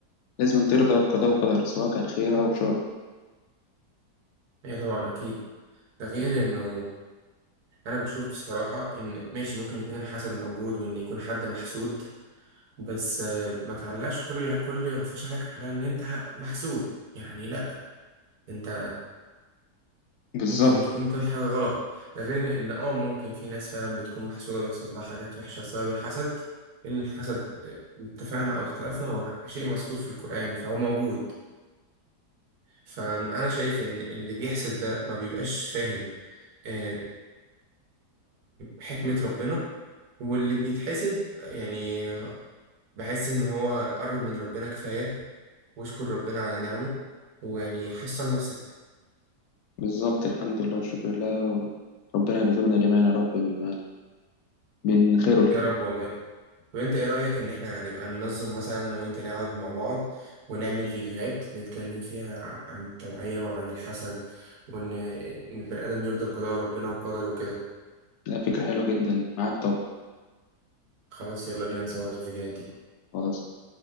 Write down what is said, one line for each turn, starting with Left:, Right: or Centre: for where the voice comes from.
Left: لازم ترضى بقضاء وقدر سواء كان خير أو شر
Right: هي طبعا أكيد ده غير إنه أنا بشوف بصراحة إن ماشي ممكن يكون الحسد موجود وإن يكون حد محسود بس آه، ما تعلقش كل كل غفاش عليك الحلال إن أنت محسود يعني لأ أنت
Left: بالظبط
Right: ممكن تكون بتعمل حاجة غلط ده غير إن آه ممكن في ناس فعلا بتكون محسودة بيحصل لها حاجات وحشة بسبب الحسد لأن الحسد آه، اتفقنا أو اختلفنا هو شيء مذكور في القرآن فهو موجود فأنا شايف إن اللي بيحسد ده ما بيبقاش فاهم آه، حكمة ربنا واللي بيتحسد يعني بحس إن هو قرب من ربنا كفاية واشكر ربنا على نعمه ويعني حسن نفسك
Left: بالظبط الحمد لله والشكر لله ربنا يرزقنا جميعا يا رب بما من خير الكتاب
Right: يا رب والله طب انت ايه رأيك ان احنا نبقى ننظم مثلا انا وانت نقعد مع بعض ونعمل فيديوهات نتكلم فيها عن التوعية وعن الحسد وان ان البني ادم يرضى بقضاء ربنا وقدره وكده
Left: لا فكرة حلوة جدا معاك طبعا
Right: خلاص يلا بينا نصور الفيديوهات دي
Left: خلاص